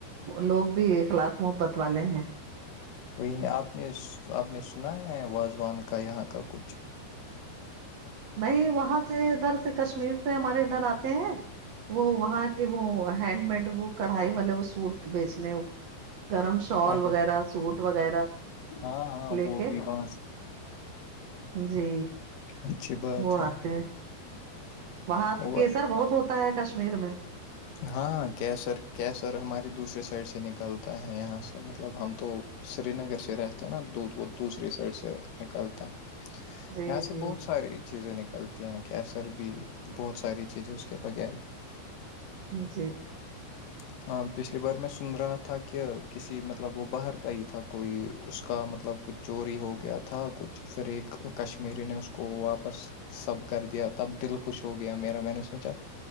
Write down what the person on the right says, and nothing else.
لوگ بھی اخلاق محبت والے ہیں
نہیں وہاں سے ادھر سے کشمیر سے ہمارے ادھر آتے ہیں وہ وہاں کے وہ ہینڈ مڈ وہ کڑھائی والے وہ سوٹ بیچنے گرم شال
وغیرہ
سوٹ وغیرہ
لے
کے
جی
وہ
آتے ہیں وہاں تو
کیسر بہت ہوتا ہے کشمیر میں
جی
جی
جی